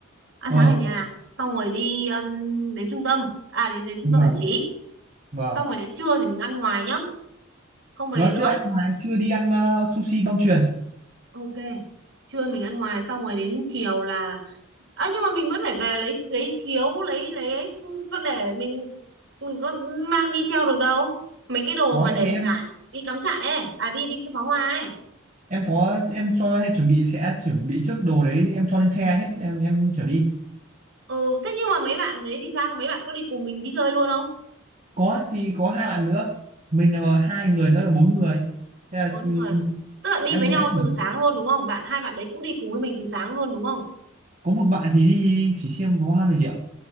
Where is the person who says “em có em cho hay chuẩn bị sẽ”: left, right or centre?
Right